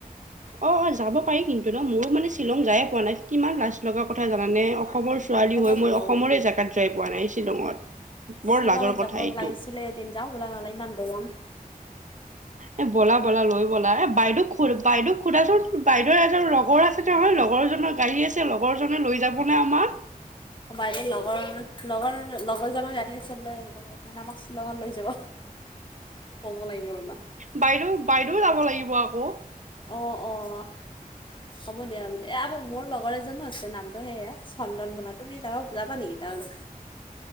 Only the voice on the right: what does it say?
অঁ অঁ, যাব পাৰি কিন্তু ন'? ময়ো মানে শ্বিলং যায়ে পোৱা নাই, কিমান লাছ লগা কথা জানানে? অসমৰ ছোৱালী
হৈ, মই অসমৰে জাগাত যায় পোৱা নাই, শ্বিলঙত। বৰ
লাজৰ
কথা এইটো।
এ, ব'লা ব'লা, লৈ ব'লা। এ, বাইদেক সুধা, বাইদেউ সোধাচোন, বাইদেউৰ এজন লগৰ আছে নহয়, লগৰ জনৰ গাড়ী আছে। লগৰ জনে লৈ যাবনে আমাক?
বাইদেউ, বাইদেউ যাব লাগিব আকৌ।